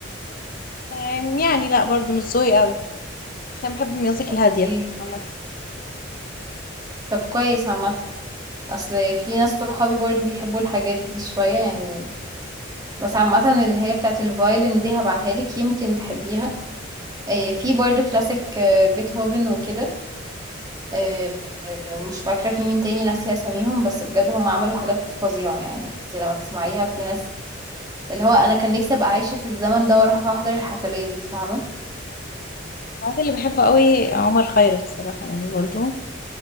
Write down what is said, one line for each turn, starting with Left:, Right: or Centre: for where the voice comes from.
Left: أم، يعني لا برضو مش ذوقي قوي عشان بحب الميوزك
Right: اوكي
Left: الهاديه عامه
Right: طب كويس عامة اصل في ناس صحابي برضو بيحبوا الحاجات دي شوية يعني بس عامة اللي هي بتاعت الفايلن دي هبعتها لك يمكن تحبيها إيه في برضو كلاسيك آه، بيتهوفن وكده إيه آه، مش فاكرة في مين تاني ناسية اساميهم بس بجد هم عملوا حاجات فظيعة يعني انت لما تسمعيها في ناس اللي هو انا كان نفسي ابقى عايشه في الزمن ده واروح احضر الحفلات دي فاهمه
Left: بعد اللي بحبه قوي عمر خيرت صراحه يعني برضو